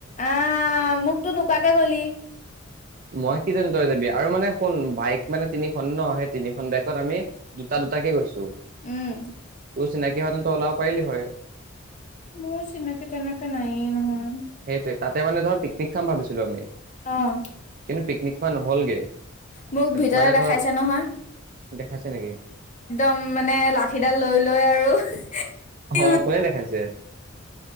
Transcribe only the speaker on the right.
মই কি জানো তই যাবি আৰু মানে শুন বাইক মানে তিনিখন ন সেই তিনিখন বাইকত আমি দুটা দুটাকে গৈছো।
তো চিনাকি। কি সাধনত ওলাব পাৰিলি হয়।
সেইটোৱে তাতে মানে ধৰ পিকনিক খাম ভাবিছিলো আমি।
কিন্তু পিকনিক খোৱা নহ'লগে।
মানে
ধৰ
দেখাইছে নেকি।
অ কোনে দেখাইছে।